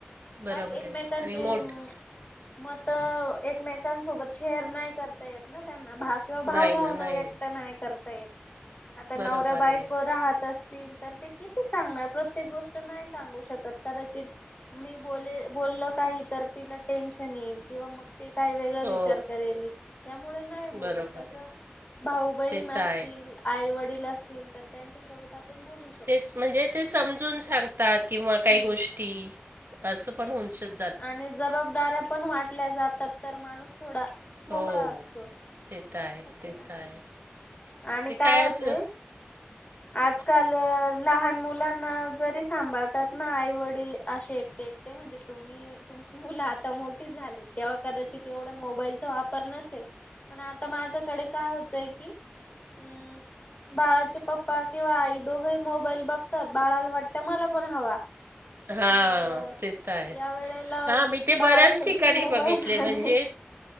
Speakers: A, on the left; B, on the right.
A: काय
B: बरोबर
A: एकमेकांचे
B: आहे आणि मोठ
A: अं मतं एकमेकांसोबत शेअर नाही करता येत ना त्यांना भाग किंवा भावभावना
B: नाही ना नाही
A: व्यक्त
B: ना
A: नाही करता येत आता
B: बरोबर
A: नवरा बायको
B: आहे
A: राहत अस तील तर ते किती सांगणार प्रत्येक गोष्ट नाही सांगू शकत कदाचित मी बोले बोललं काही तर तिला टेन्शन येईल किंवा मग ते काय वेगळा विचार
B: हो
A: करेल त्यामुळे नाही बोलत
B: बरोबर
A: तसं
B: आहे
A: भाऊ बहीण
B: ते
A: असतील
B: तर आहे
A: आई वडील असतील तर त्यांच्यासोबत आपण बोलू शको.
B: तेच म्हणजे ते समजून सांगतात किंवा काही
A: हम्म
B: गोष्टी असं पण होऊन शक
A: आणि जबाबदाऱ्या पण वाटल्या जातात तर माणूस थोड
B: हो
A: मोकळा असतो हो
B: ते तर आहे
A: कि
B: ते
A: नाही?
B: तर आहे
A: आणि
B: ते
A: काय होतेय
B: त
A: आजकाल लहान मुलांना जरी सांभाळतात ना आई वडील अशे एकटे एकटे म्हणजे तुम्ही की तुमची मुलं आता मोठी झाली, तेव्हा कदाचित एवढा मोबाईलचा वापर नसेल. पण आता माझ्याकडे काय होतंय की हम्म बाळाचे पप्पा किंवा आई दोघंही मोबाईल बघतात, बाळाला वाटत मला पण हवा.
B: हां
A: मग
B: ते त आहे,
A: या वेळेला
B: हा मी ते
A: बाळा
B: बऱ्याच
A: सगळे
B: ठिकाणी
A: मोबाईल
B: बघितले
A: मध्ये
B: म्हणजे